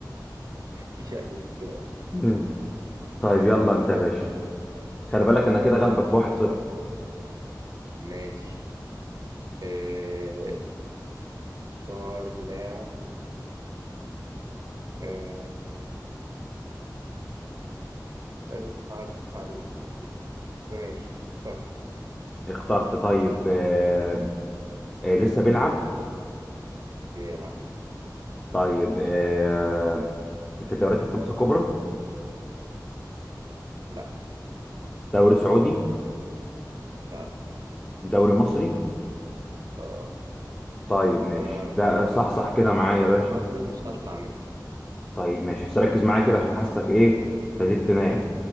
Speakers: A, on the right; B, on the left.
A: مفيش أقل من كده أصلا
B: <laughs> طيب يلا انت يا باشا خلي بالك انا كده غلبك بواحد صفر
A: ماشي آه، اختار لاعب آه، مش عايز اصعب عليك تصدق ماشي اختار
B: اخترت طيب آه آه لسه بيلعب
A: بيلعب
B: طيب آه في الدوريات الخمسة الكبرى
A: لا
B: دوري سعودي
A: لا
B: دوري مصري
A: اه
B: طيب ماشي
A: انا
B: لا
A: خلاص
B: صح صح
A: دخلت
B: كده معايا
A: في الدوري
B: يا باشا
A: المصري مش هطلع منه
B: طيب ماشي بس ركز معايا كده عشان حاسسك ايه ابتديت تنام